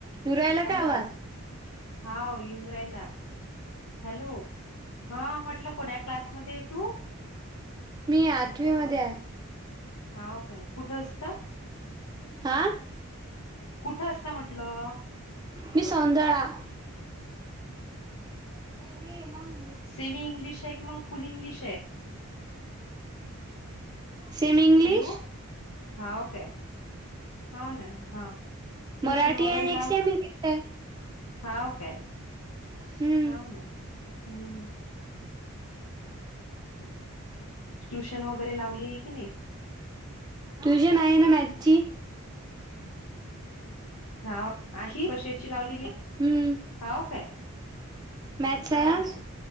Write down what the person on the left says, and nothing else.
हॅलो
हाव येऊन राहिला हॅलो हा म्हटलं कोणा क्लासमध्ये आहे तू?
हावं काय कुठं असतो.
कुठं असतं म्हटलं
सेमि इंगलिश आहे की मंग फुल इंगलिश आहे.
hello हाव काय. हो ना हा ट्युशन
वगैरे
लाव.
हाव काय
हावं ना हम्म ट्युशन वगैरे लावली आहे की नाही
हावं आणी कशाची लावलेलीये
हाव काय.
हा ना